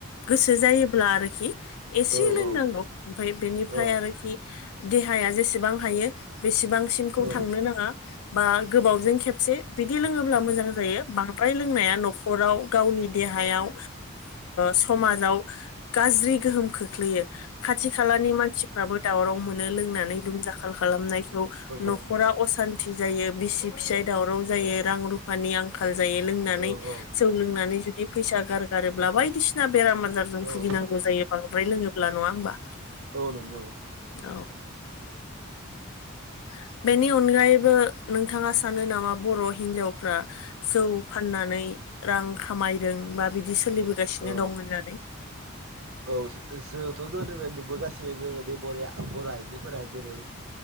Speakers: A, on the left; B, on the right.
A: गोसो जायोब्ला आरोखि एसे
B: औ
A: लोंनांगौ। ओमफ्राय बेनिफ्राय
B: औ
A: आरोखि देहाया जेसेबां हायो बेसेबांसिमखौ
B: औ
A: थांनो नाङा बा गोबावजों खेबसे बिदि लोङोब्ला मोजां जायो। बांद्राय लोंनाया न'खराव गावनि देहायाव समाजाव गाज्रि। गोहोम खोख्लैयो खाथि खालानि मानसिफ्राबो दावराव मोनो लोंनानै दुम दाखाल खालामनायखौ। न'खरा
B: औ
A: असान्थि। जायो बिसि फिसाय दावराव जायो, रां रुफानि आंखाल जायो, लोंनानै।
B: औ औ
A: जौ लोंनानै जुदि फैसा गारगारोब्ला बायदिसिना बेराम आजारजों
B: औ औ
A: भुगिनांगौ जायो बांद्राय लोङोब्ला नङा। होमबा
B: औ नंगौ
A: औ। <inaudible> बेनि अनगायैबो नोंथाङा सानो नामा बर' हिनजावफ्रा जौ फाननानै। रां खामायदों बा बिदि सोलिबोगासिनो
B: औ
A: दं होननानै?
B: औ जोंथ' गोदोनिफ्रायनो नुबोगासिनो। जोङो बर' बर' आइजोफोरा जेरै